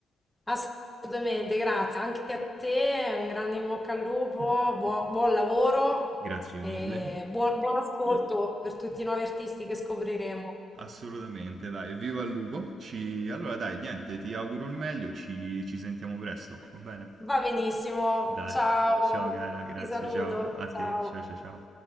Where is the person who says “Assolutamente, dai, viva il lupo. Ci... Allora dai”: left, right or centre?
Right